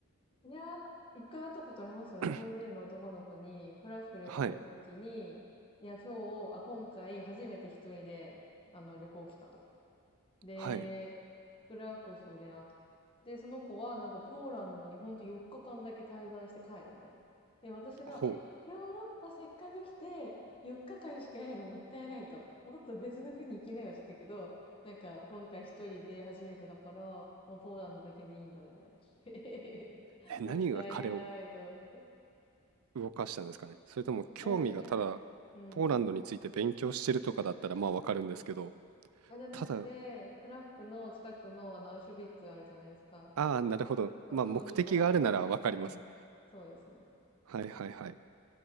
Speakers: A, on the left (about 25°); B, on the right (about 75°).
A: いやー、一回会ったことありますよ。日本人の男の子に、
B: <clears throat>
A: クラフク旅行行った時に、
B: はい、
A: いや、今日、あ、今回初めて一人で、あの、旅行来たと。で、
B: はい、
A: クラクフで会って、その子はなんかポーランドにほんと4日間だけ滞在して帰るみたいな。で、私が、
B: ほう。
A: え、ヨーロッパせっかく来て、4日間しかいないのもったいないと。もっと別の国行きなよって言ったけど、なんか今回一人で初めてだから、もうポーランドだけでいいんだみたいな。<laughs> えへへもったいないと思って。
B: え、何が彼を動かしたんですかね。それとも興味がただ、
A: あれですね。うん。
B: ポーランドについて勉強してるとかだったらまあわかるんですけど、
A: あじゃなくて、
B: ただ
A: クラフクの近くのあの、アウシュビッツあるじゃないですか。
B: ああ、なるほど。
A: そう、
B: まあ、
A: そこに行きたかったらしいです。
B: 目的があるならわかりますね。
A: うん。そうですね。
B: はいはいはい。